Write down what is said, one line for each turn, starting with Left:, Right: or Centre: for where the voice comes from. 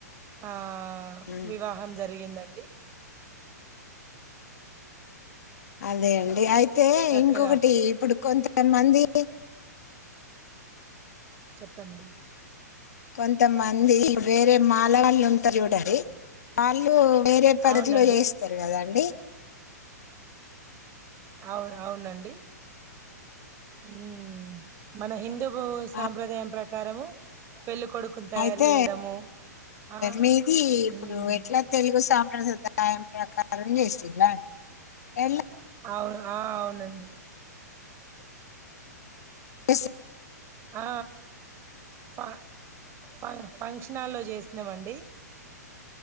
Right: ఆ
Left: హ్మ్
Right: వివాహం జరిగింది డి
Left: అదే అండి అయితే
Right: చక్కగా
Left: ఇంకొకటి ఇప్పుడు కొంతమంది
Right: చెప్పండి
Left: కొంతమంది వేరే మాల వాళ్ళు ఉంటారు చూడాలి వాళ్ళు వేరే పద్ధతిలో
Right: అవునండి
Left: చేస్తారు కదా అండి
Right: అవును అవునండి హుమ్ మన హిందూ బ సాంప్రదాయం
Left: ఆ
Right: ప్రక ప్రకారము పెళ్ళ కొడుకును తయారు
Left: అయితే
Right: చేయడము ఆ
Left: మీది ఇప్పుడు
Right: ఉమ్,
Left: ఎట్లా తెలుగు సాంప్రదాయం సాంప్రదాయ ప్రకారం చేసిరా ఎట్లా
Right: అవును ఆ అవునండి
Left: ఎస్
Right: ఆ ఫ ఫ ఫంక్షనాల్లో చేసినామండి